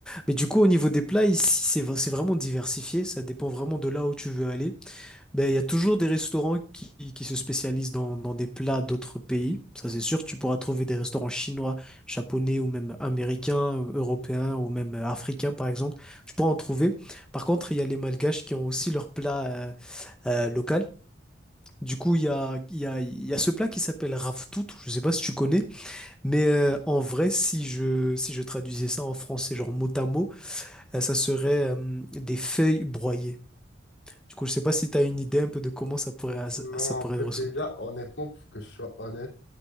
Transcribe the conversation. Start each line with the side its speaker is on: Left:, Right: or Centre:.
Centre: Mais du coup, au niveau des plats, ici, c'est v- c'est vraiment diversifié. Ça dépend vraiment de là où tu veux aller. Ben, il y a toujours des restaurants qui, qui se spécialisent dans, dans des plats d'autres pays. Ça, c'est sûr, tu pourras trouver des restaurants chinois, japonais ou même américains, euh, européens ou même euh, africains, par exemple. Tu pourras en trouver. Par contre, il y a les malgaches qui ont aussi leur plat euh, euh, local. Du coup, il y a, il y a, il y a ce plat qui s'appelle raftout. Je ne sais pas si tu connais. Mais euh, en vrai, si je, si je traduisais ça en français, genre mot à mot, euh, ça serait euh, des feuilles broyées. Du coup, je sais pas si tu as une idée un peu de comment ça pourrait,
Left: Non,
Centre: ça pourrait
Left: on peut
Centre: ressembler.
Left: déjà, honnêtement, pour que je sois honnête,